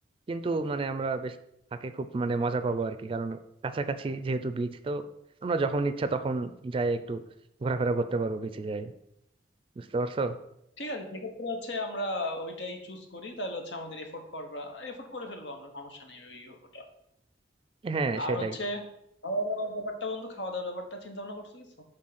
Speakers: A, on the right; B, on the left.
A: কিন্তু মানে আমরা বেশ থাকে খুব মানে মজা পাবো আর কি কারণ কাছাকাছি যেহেতু বিচ তো আমরা যখন ইচ্ছা তখন যাই একটু ঘোরাফেরা করতে পারবো বিচে যাই বুঝতে পারছো
B: ঠিক আছে সেক্ষেত্রে হচ্ছে আমরা ওইটাই চুজ করি তাহলে হচ্ছে আমাদের এফোর্ট করা এফোর্ট করে ফেলবো আমরা সমস্যা নেই ওই ওটা
A: হ্যাঁ
B: আর
A: সেটাই
B: হচ্ছে খাওয়া দাওয়ার ব্যাপারটা বন্ধু খাওয়া দাওয়ার ব্যাপারটা চিন্তা ভাবনা করছো কিছু